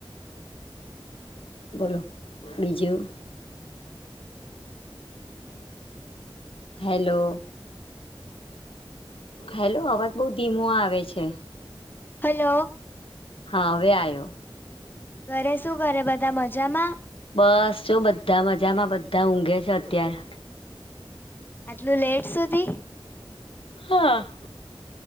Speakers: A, on the left (about 20°); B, on the left (about 75°).
A: હતો કેવું
B: બોલો
A: ચાલે બીજું
B: બીજું? હેલો
A: ઘરે શું કરે બધા? હલો.
B: હલો અવાજ બઉ ધીમો આવે છે.
A: હલો.
B: હા હવે આયો.
A: ઘરે શું કરે બધા મજામાં?
B: બસ જો બધા મજામાં, બધા ઊંઘે છે અત્યારે.
A: આટલું લેટ સુધી.
B: હા.